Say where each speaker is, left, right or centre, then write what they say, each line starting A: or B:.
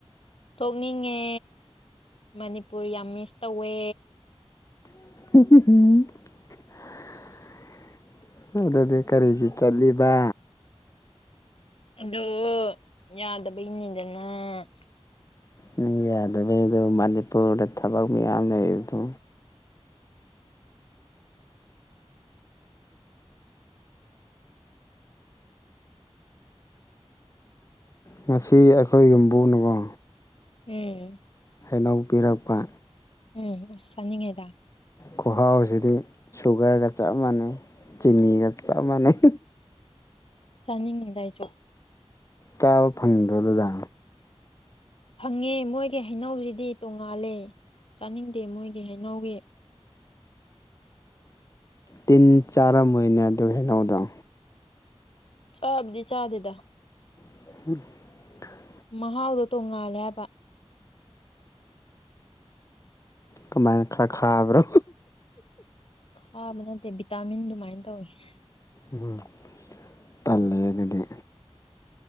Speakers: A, on the left (about 55°); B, on the left (about 30°).
A: ꯊꯣꯛꯅꯤꯡꯉꯦ ꯃꯅꯤꯄꯨ꯭ꯔ ꯌꯥꯝ ꯃꯤꯁ ꯇꯧꯋꯦ꯫
B: <unintelligible> ꯑꯗꯨꯗꯤ ꯀꯔꯤꯒꯤ ꯆꯠꯂꯤꯕ꯫
A: ꯑꯗꯣ ꯌꯥꯗꯕꯩꯅꯤꯗꯅ ꯫
B: ꯅꯪ ꯌꯥꯗꯕꯩꯗꯣ ꯃꯅꯤꯄꯨ꯭ꯔꯗ ꯊꯕꯛ ꯃꯌꯥꯝ ꯂꯩ ꯑꯗꯨ ꯉꯁꯤ ꯑꯩꯈꯣꯏ ꯌꯨꯝꯕꯨꯅꯀꯣ꯫
A: ꯎꯝ꯫
B: ꯍꯩꯅꯧ ꯄꯤꯔꯛꯄ꯫
A: ꯎꯝ꯫ ꯑꯁ ꯆꯥꯅꯤꯡꯉꯦꯗ꯫
B: ꯈꯨꯍꯥꯎꯖꯤꯗꯤ ꯁꯨꯒ꯭ꯔꯒ ꯆꯞ ꯃꯥꯟꯅꯩ ꯆꯤꯅꯤꯒ ꯆꯞ ꯃꯥꯟꯅꯩ꯫
A: ꯆꯥꯅꯤꯡꯉꯤꯗ ꯑꯩꯖꯨ꯫
B: ꯇꯥꯕ ꯐꯪꯗ꯭ꯔꯣ ꯑꯗꯨꯗ
A: ꯐꯪꯉꯦ ꯃꯣꯏꯒꯤ ꯍꯩꯅꯧꯖꯤꯗꯤ ꯇꯣꯡꯉꯥꯜꯂꯦ ꯆꯥꯅꯤꯡꯗꯦ ꯃꯣꯏꯒꯤ ꯍꯩꯅꯧꯒꯤ
B: ꯇꯤꯟ ꯆꯥꯔꯝꯃꯣꯏꯅꯦ ꯑꯗꯨꯏ ꯍꯩꯅꯧꯗꯣ꯫
A: ꯆꯥꯕꯨꯗꯤ ꯆꯥꯗꯦꯗ꯫
B: <unintelligible>
A: ꯃꯍꯥꯎꯗꯣ ꯇꯣꯡꯉꯥꯜꯂꯦ ꯍꯥꯏꯕ꯫
B: ꯀꯃꯥꯏꯅ ꯈꯔ ꯈꯥꯕ꯭ꯔꯣ꯫
A: ꯈꯥꯕ ꯅꯠꯇꯦ ꯕꯤꯇꯥꯃꯤꯟ ꯑꯗꯨꯃꯥꯏꯅ ꯇꯧꯋꯦ꯫ <inaudible>
B: ꯎꯝ ꯇꯜꯂꯦ ꯑꯗꯨꯗꯤ꯫